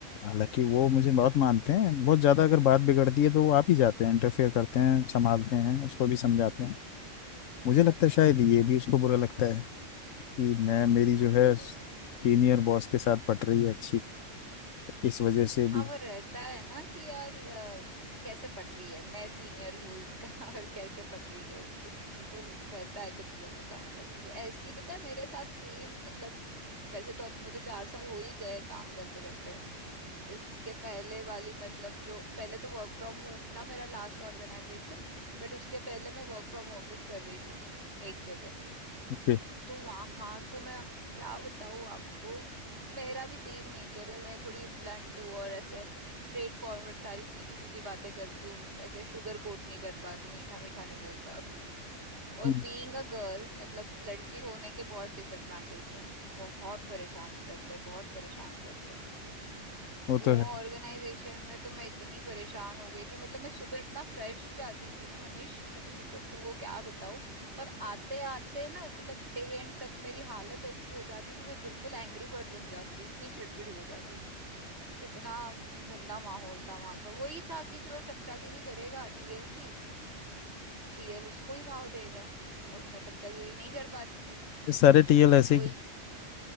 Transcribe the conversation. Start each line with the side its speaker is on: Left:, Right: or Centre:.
Left: हालांकि वो मुझे बहुत मानते हैं बहुत ज़्यादा अगर बात बिगड़ती है तो वो आप ही जाते हैं इंटरफेयर करते हैं संभालते हैं उसको भी समझाते हैं
Right: हाँ
Left: मुझे लगता
Right: अच्छा
Left: है शायद ये भी उसको बुरा लगता है कि मैं मेरी
Right: हाँ
Left: जो
Right: वो
Left: है
Right: तो रहता
Left: सीनियर
Right: है
Left: बॉस के साथ पट रही है अच्छी इस वजह से
Right: हाँ
Left: भी
Right: वो रहता है ना कि यार अ, कैसे पट रही है मैं सीनियर हूँ इसका <laughs> और कैसे पट रही है इसकी वो रहता है कुछ लोगों का अ, ये ऐसे ही पता है मेरे साथ सेम मतलब वैसे तो अब मुझे चार साल हो ही गए काम करते करते इसके पहले वाली मतलब जो पहले तो वर्क फ्रॉम होम था मेरा लास्ट ऑर्गेनाइजेशन बट उसके पहले मैं वर्क फ्रॉम ऑफिस कर रही थी एक जगह
Left: ओके
Right: तो वहाँ हाँ, तो मैं अब क्या बताऊँ आपको मेरा भी सेम नेचर है मैं थोड़ी ब्लंट हूँ और ऐसे स्ट्रेट फॉरवर्ड सारी सीधी सीधी बातें करती हूँ ऐसे शुगर कोट नहीं कर पाती हूँ मीठा मीठा नहीं बोल पाती हूँ और
Left: हम्म,
Right: बीइंग अ गर्ल मतलब लड़की होने के बहुत डिसएडवांटेज है बहुत परेशान करते हैं बहुत परेशान करते हैं
Left: वो
Right: वो
Left: तो है
Right: ऑर्गेनाइजेशन में तो मैं इतनी परेशान हो गई थी मतलब मैं सुबह इतना फ्रेश जाती थी ना मनीष मैं तुम्हें तुमको क्या बताऊं और आते आते ना मतलब डे एंड तक मेरी हालत ऐसी हो जाती थी मैं बिल्कुल एंग्री बर्ड बन जाती थी इतनी चिड़चिड़ी हो जाती थी इतना गंदा माहौल था वहां का वही था कि जो चमचागिरी करेगा टीएल की टीएल उसको ही भाव देगा और मैं चमचागिरी नहीं कर पाती थी
Left: ये सारे टीएल ऐसे
Right: वही
Left: ही